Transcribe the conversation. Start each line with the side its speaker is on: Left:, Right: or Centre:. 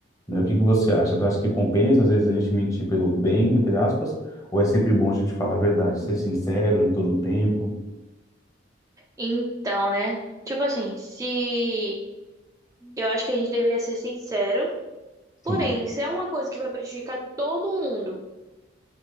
Left: Né, O que que você acha? Você acha que compensa, às vezes, a gente mentir pelo bem, entre aspas, ou é sempre bom a gente falar a verdade, ser sincero em todo o tempo?
Right: Então, né? Tipo assim, se... Eu acho que a gente deveria ser sincero. Porém,
Left: Sim.
Right: se é uma coisa que vai prejudicar todo mundo,